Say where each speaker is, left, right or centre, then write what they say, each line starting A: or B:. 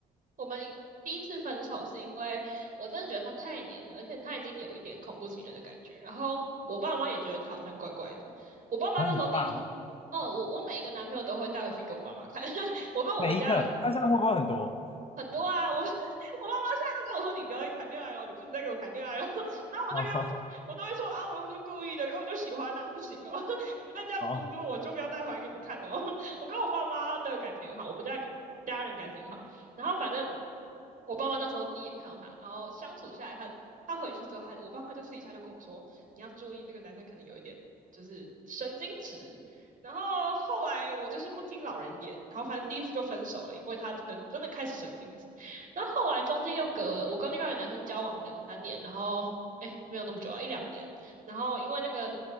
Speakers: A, on the right (about 45°); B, on the left (about 30°).
A: 我们第一次分手是因为我真的觉得他太黏了，而且他已经有一点恐怖情人的感觉。然后我爸妈也觉得他好像怪怪的。我爸妈那时候第一次。
B: 啊，你爸妈
A: 哦，我我每一个男朋友都会带回去给我爸妈看，<laughs> 我跟我们家
B: 每一个，那这样会不会很多？
A: 很多啊，我 <laughs> 我爸妈现在都跟我说，你不要再谈恋爱了，你不准再给我谈恋爱了。<laughs> 然后我就跟他们，
B: 哦。
A: 我都会说啊，我又不是故意的，然后我就喜欢啦、不行哦，<laughs> 你们再这样阻止我，
B: 哦，
A: 我就不要带回来给你们看了哦。<laughs> 我跟我爸妈的感情很好，我们家的家人感情很好。然后反正我爸妈那时候第一眼看到他，然后相处下来他，他回去之后他，我爸妈就私底下就跟我说，你要注意这个男生可能有一点就是神经质，然后后来我就是不听老人言，然后反正第一次就分手了，因为他真的真的开始神经质。然后后来中间又隔了，我跟另外一个男生交往两三年，然后哎没有那么久啊，一两年。然后因为那个